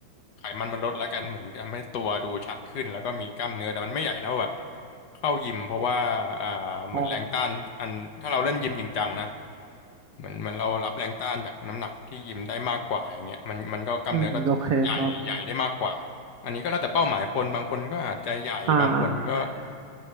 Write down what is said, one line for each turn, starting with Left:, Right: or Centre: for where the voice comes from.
Left: ไขมันมันลดแล้วกันเหมือนทำให้ตัวดูชัดขึ้นแล้วก็มีกล้ามเนื้อแต่มันไม่ใหญ่เท่าแบบเข้ายิมเพราะว่าอ่าเหมือนแรงต้านอันถ้าเราเล่นยิมจริงจังนะ
Right: อ๋อ
Left: เหมือนเหมันเรารับแรงต้านจากน้ำหนักที่ยิมได้มากกว่าอย่างเงี้ยมันมันก็กล้ามเนื้อก็ใหญ่ใหญ่ได้มากกว่า
Right: อืมโอเคครับ
Left: อันนี้ก็แล้วแต่เป้าหมายคนบางคนก็อาจจะใหญ่บางคนก็
Right: อ่า